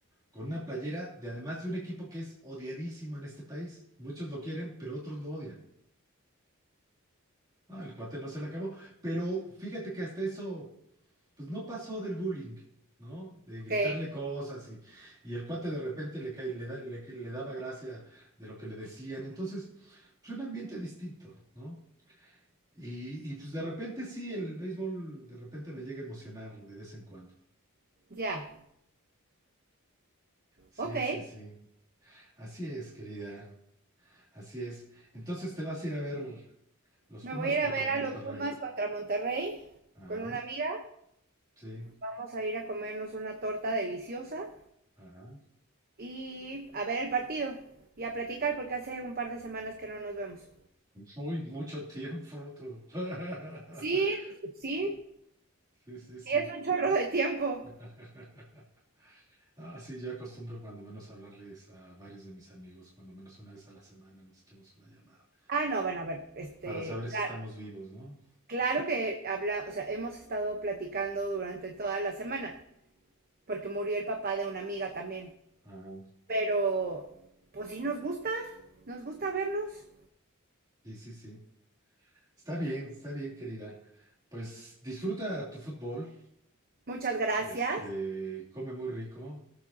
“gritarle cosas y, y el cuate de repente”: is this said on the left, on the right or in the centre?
Right